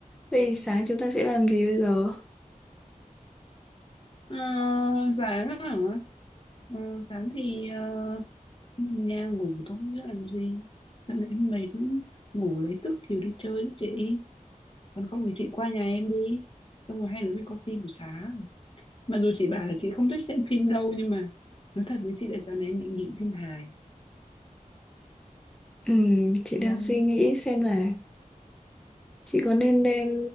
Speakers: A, in the centre; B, on the left.
A: Vậy sáng chúng ta sẽ làm gì bây giờ?
B: Ờ, sáng hả Ờ, sáng thì ờ, nhà ngủ thôi chứ làm gì Dạo này em mệt lắm ngủ lấy sức chiều đi chơi chứ chị còn không thì chị qua nhà em đi xong rồi hai đứa mình coi phim buổi sáng mặc dù chị bảo là chị không thích xem phim đâu nhưng mà nói thật với chị là dạo này em bị nghiện phim hài
A: Ừm, chị
B: Vâng.
A: đang suy nghĩ xem là chị có nên đem